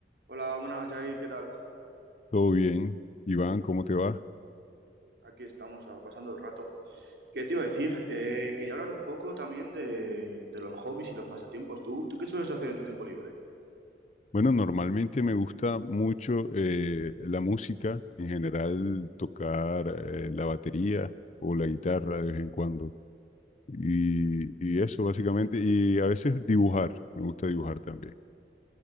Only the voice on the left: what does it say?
Todo bien, Iván, ¿cómo te va?
Bueno, normalmente me gusta mucho eh, la música, en general tocar eh, la batería o la guitarra de vez en cuando. Y, y eso básicamente, y a veces dibujar, me gusta dibujar también.